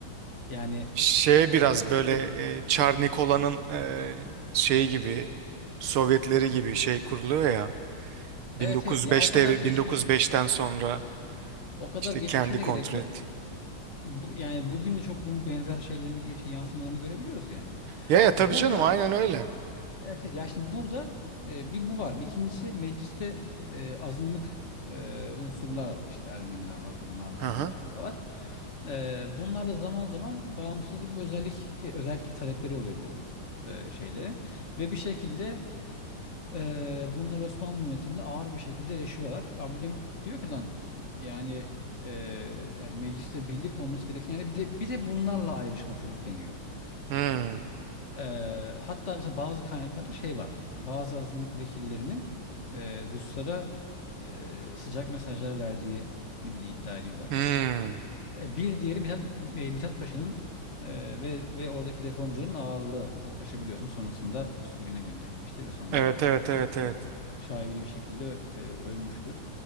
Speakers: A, on the left; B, on the right.
A: Yani
B: Şeye
A: o
B: biraz
A: de-
B: böyle
A: de-
B: e, Çar Nikola'nın e, şeyi gibi Sovyetleri gibi şey kuruluyor ya. 1905
A: evet evet ya o kadar
B: devri
A: geçmiş
B: 1905'ten sonra
A: o kadar
B: işte
A: geçmişe
B: kendi
A: de
B: kontrol
A: gerek yok.
B: etti.
A: Bu, yani bugün de çok bunun benzer şeylerini şey, yansımalarını görebiliyoruz yani.
B: Ya ya tabii
A: Burada
B: canım aynen öyle.
A: Evet, evet. ya şimdi burada e, bir bu var. Bir ikincisi mecliste e, azınlık e, unsurlar var. İşte Ermeniler var, Rumlar var,
B: Hı hı.
A: Bulgarlar var. E, bunlar da zaman zaman bağımsızlık ve özellik e, özellik talepleri oluyor bu e, şeylerin. Ve bir şekilde e, bunlar Osmanlı yönetimini ağır bir şekilde eleştiriyorlar. Abdülhamit diyor ki lan yani e, hani mecliste birlik olması gereken yani bir de bir de bunlarla ayrışma körükleniyor.
B: Hmm.
A: Eee, hatta mesela bazı kaynaklarda şey var. Bazı azınlık vekillerinin eee, Ruslara eee, sıcak mesajlar verdiğini bile iddia ediyorlar.
B: Hmm.
A: E, bir diğeri Mithat, e, Mithat Paşa'nın eee, ve, ve oradaki reformcuların ağırlığı. Mithat Paşa biliyorsun sonrasında sürgüne gönderilmiştir ve sonra
B: Evet evet evet evet.
A: şaibeli bir şekilde e, ölmüştür.